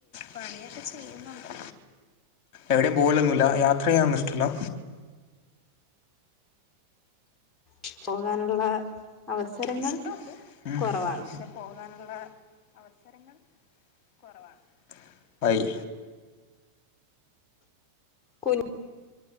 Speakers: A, on the left; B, on the left.
A: പണിയൊക്കെ ചെയ്യുന്നുണ്ട്. എവിടേം പോവലൊന്നുല്ല യാത്ര ചെയ്യനൊന്നും ഇഷ്ടല്ല?
B: <inaudible> പോകാനുള്ള അവസരങ്ങൾ
A: ഇഷ്ടുണ്ട് ഉംപക്ഷെ
B: കുറവാണ്
A: പോകാനുള്ള അവസരങ്ങൾ കൊറവാണ്, അയ്
B: കുൻ